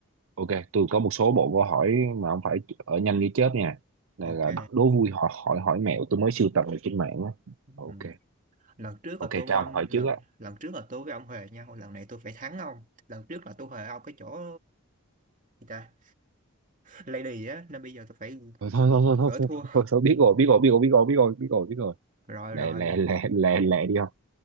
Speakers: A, on the right (about 70°); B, on the right (about 35°).
A: ok tôi có một số bộ câu hỏi mà không phải ở nhanh như chớp nha. Này
B: ok.
A: là đố vui hỏi hỏi hỏi mẹo tôi mới sưu tầm được trên mạng á.
B: Ừm,
A: Ok
B: Lần trước
A: ok
B: là tôi với
A: cho
B: ông
A: ông hỏi
B: lần
A: trước á.
B: lần trước là tôi với ông huề nhau. Lần này tôi phải thắng ông. Lần trước là tôi huề ông cái chỗ người ta lady á, nên bây giờ tôi phải
A: Thôi thôi thôi thôi thôi
B: gỡ
A: thôi,
B: thua.
A: thôi, thôi, thôi, biết rồi biết rồi biết rồi biết rồi biết rồi biết rồi biết rồi.
B: Rồi
A: Lẹ
B: rồi.
A: lẹ lẹ lẹ lẹ đi không?